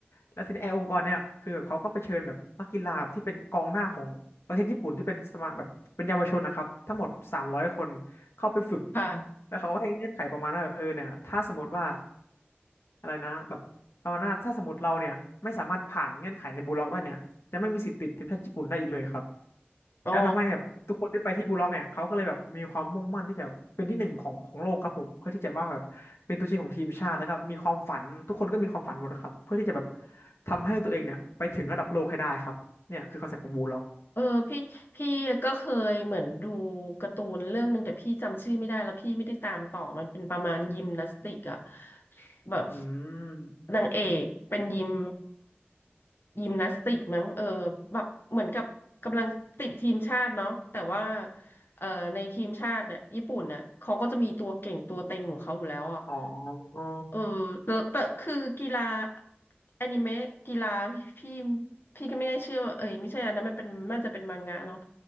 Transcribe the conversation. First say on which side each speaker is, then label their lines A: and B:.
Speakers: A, on the left; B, on the left.
A: แล้วทีนี้ไอ้องค์กรเนี่ยคือแบบเขาก็ไปเชิญแบบนักกีฬาที่เป็นกองหน้าของประเทศญี่ปุ่นที่เป็นสมาแบบเป็นเยาวชนนะครับทั้งหมดสามร้อยคนเข้าไปฝึก
B: ค่ะ
A: แล้วเขาก็ให้เงื่อนไขประมาณว่าแบบเออเนี่ยถ้าสมมติว่าอะไรนะแบบประมาณว่าถ้าสมมติเราเนี่ยไม่สามารถผ่านเงื่อนไขในบูลล็อกได้เนี่ยจะไม่มีสิทธิ์ติดทีมชาติญี่ปุ่นได้อีกเลยครับ
B: อ๋อ
A: แล้วทำให้แบบทุกคนที่ไปที่บูล็อกเนี่ยเขาก็เลยแบบมีความมุ่งมั่นที่จะเป็นที่หนึ่งของของโลกครับผมเพื่อที่จะว่าแบบเป็นตัวจริงของทีมชาติแล้วก็มีความฝันทุกคนก็มีความฝันหมดนะครับเพื่อที่จะแบบทำให้ตัวเองเนี่ยไปถึงระดับโลกให้ได้ครับเนี่ยคือคอนเซ็ปต์ของบูลล็อก
B: เออพี่พี่ก็เคยเหมือนดูการ์ตูนเรื่องหนึ่งแต่พี่จำชื่อไม่ได้แล้วพี่ไม่ได้ตามต่อมันเป็นประมาณยิมนาสติกอะแบบ
A: อืม
B: นางเอกเป็นยิมยิมนาสติกมั้งเออแบบเหมือนกับกำลังติดทีมชาติเนาะแต่ว่าเอ่อในทีมชาติเนี่ยญี่ปุ่นน่ะเขาก็จะมีตัวเก่งตัวเต็งของเขาอยู่แล้วอะ
A: อ๋ออ๋อ
B: เออแล้วแต่คือกีฬาอนิเมะกีฬาพี่พี่ก็ไม่ได้เชื่อว่าเอ้ยไม่ใช่อันนั้นมันเป็นน่าจะเป็นมังงะเนาะ